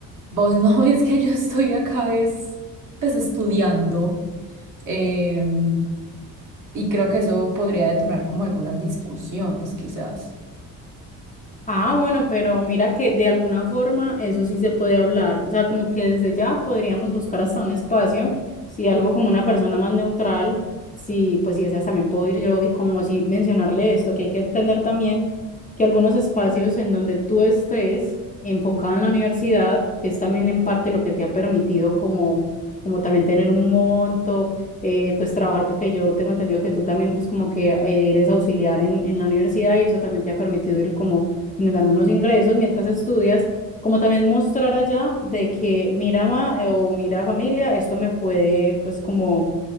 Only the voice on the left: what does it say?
Ah, bueno, pero mira que de alguna forma eso sí se puede hablar. O sea, como que desde ya podríamos buscar hasta un espacio, si algo como una persona más neutral, si pues si deseas también puedo ir yo y como si mencionarle esto, que hay que entender también que algunos espacios en donde tú estés enfocado en la universidad, que es también en parte lo que te ha permitido como, como también tener un monto, eh, pues trabajar, porque yo tengo entendido que tú también pues como que eres auxiliar en, en la universidad y eso también te ha permitido ir como generando unos ingresos mientras estudias, como también mostrar allá de que mira, ma, eh, o mira, familia, esto me puede, pues como